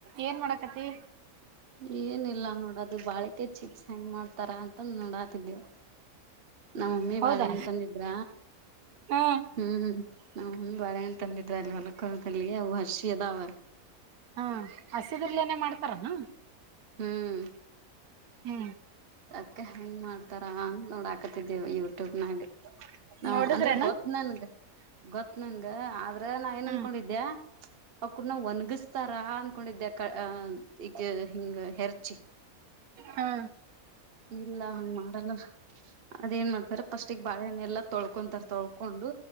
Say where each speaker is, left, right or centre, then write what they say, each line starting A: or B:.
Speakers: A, on the right; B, on the right.
A: ಏನ್ ಮಾಡಕತ್ತಿ.
B: ಏನಿಲ್ಲ ನೋಡದು ಬಾಳಿಕೈ ಚಿಪ್ಸ್ ಹೆಂಗ್ ಮಾಡ್ತಾರ ಅಂತ ನೋಡಾತಿದ್ದೇವು. ನಮ್ಮಮ್ಮಿ
A: ಹೌದಾ
B: ಬಾಳೆ ಹಣ್ಣ ತಂದಿದ್ರ
A: ಹಾ
B: ಹ್ಮ್. ನಮ್ <unintelligible> ಬಾಳೆ ಹಣ್ಣ ತಂದಿದ್ರಾ ಅಲ್ಲಿ ಹೊಲಕ್ಕೋಗಲ್ಲಿ ಅವು ಹಶಿ ಅದಾವ.
A: ಹಾ ಹಸಿದ್ರಲೇನೇ ಮಾಡ್ತಾರನು.
B: ಹ್ಮ್
A: ಹ್ಮ್
B: ಅದಕ್ಕೆ ಹೆಂಗ್ ಮಾಡ್ತಾರ ಅಂತ ನೋಡಾಕತಿದೇವಿ ಯೂಟ್ಯೂಬ್ನಾಗ ನಾವು
A: ನೋಡಿದ್ರೇನ
B: ಅಂದ್ರ ಗೊತ್ತ. ನನ್ಗ ಗೊತ್ತ ನನ್ಗ ಆದ್ರ ನಾ ಏನ್
A: ಹ್ಮ್
B: ಅನ್ಕೊಂಡಿದ್ಯಾ. ಅವ ಕೂಡ ನ ಒಣಗಿಸತಾರಾ ಅನ್ಕೊಂಡಿದ್ದೆ ಅಕಾ ಹಾ ಈಗ ಹಿಂಗ ಹೆರ್ಚಿ.
A: ಹಾ
B: ಇಲ್ಲ ಹಂಗ ಮಾಡಲ್ಲ. ಅದೇಏನ್ ಮಾಡ್ತಾರ ಫಸ್ಟಿಗೆ ಬಾಳಹಣ್ಣೆ ಎಲ್ಲ ತೊಳ್ಕೊಂತಾರ ತೊಳ್ಕೊಂಡು